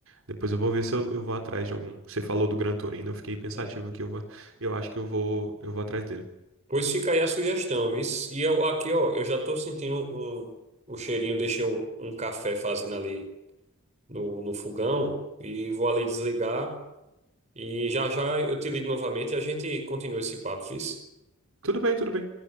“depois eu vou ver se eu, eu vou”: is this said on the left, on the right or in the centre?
Right